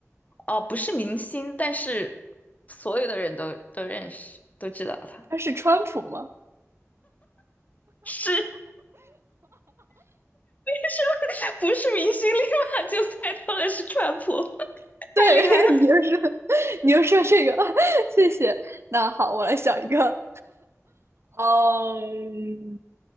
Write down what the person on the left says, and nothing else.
哦，不是明星，但是所有的人都都认识，都知道他。
是，<laughs> 为什么不是明星，立马就猜到了是川普？
太厉害了！